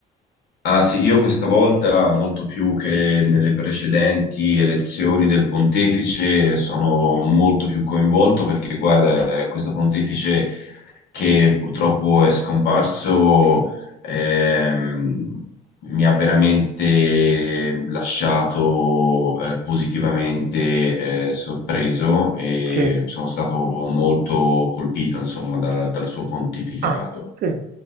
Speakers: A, on the left (about 75°); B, on the right (about 65°).
A: Ah sì, io questa volta, molto più che nelle precedenti elezioni del pontefice, sono molto più coinvolto perché, guarda, eh, questo pontefice che purtroppo è scomparso, ehm, mi ha veramente lasciato eh, positivamente eh, sorpreso e
B: Sì.
A: sono stato molto colpito, insomma, dal, dal suo pontificato.
B: Ah, sì,